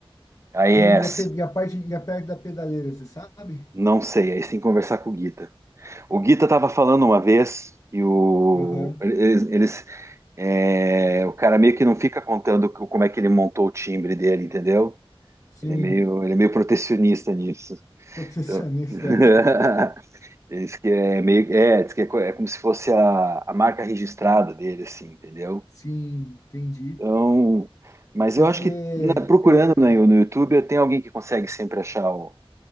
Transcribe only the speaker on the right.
AES.
Não sei, aí você tem que conversar com o Guita. O Guita estava falando uma vez e o,
eles, eles, eh, o cara meio que não fica contando co- como é que ele montou o timbre dele, entendeu?
Ele é meio, ele é meio protecionista nisso.
Então... <laughs> Diz que é meio, é, diz que é, co- é como se fosse a, a marca registrada dele, assim, entendeu?
Então, mas
eu acho que na- procurando
no, no YouTube tem alguém que consegue sempre achar o-